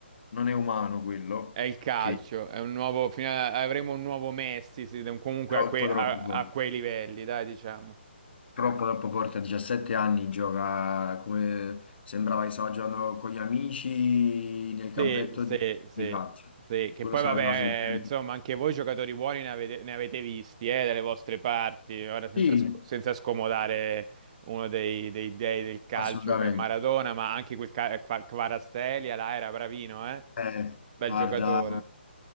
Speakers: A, on the left (about 60°); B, on the right (about 35°).
A: non è umano quello,
B: È il
A: perché
B: calcio, è un nuovo, fino a- avremo un nuovo Messi, sì, comunque
A: troppo
B: a, que- a-
A: troppo
B: a
A: forte,
B: quei livelli, dai, diciamo.
A: troppo troppo forte, a 17 anni gioca come sembrava che stava giocando con gli amici nel campetto
B: Sì, sì,
A: di,
B: sì,
A: di calcio.
B: sì. Che
A: Quello
B: poi
A: stava
B: vabbè,
A: facendo sempre.
B: eh, insomma, anche voi giocatori buoni ne avete, ne avete visti, eh, dalle vostre parti, ora senza,
A: Sì,
B: sc- senza scomodare uno dei, dei dei del calcio
A: assolutamente.
B: che è Maradona, ma anche quel ca- Qua- Kvaratskhelia là era bravino, eh?
A: Eh,
B: Bel
A: guarda.
B: giocatore.